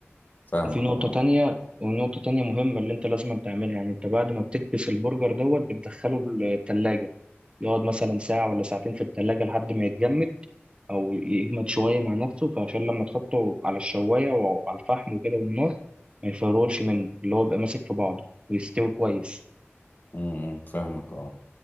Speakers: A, on the left (about 45°); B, on the right (about 25°).
A: فاهمك
B: وفي نقطة
A: اه
B: تانية ونقطة تانية مهمة اللي أنت لازم تعملها يعني أنت بعد ما بتكبس البرجر دوت بتدخله التلاجة يقعد مثلا ساعة ولا ساعتين في التلاجة لحد ما يتجمد أو يجمد شوية مع نفسه فعشان لما تحطه على الشواية وعلى الفحم وكده والنار ما يفرولش منه اللي هو بيبقى ماسك في بعضه ويستوي كويس
A: مم. فاهمك اه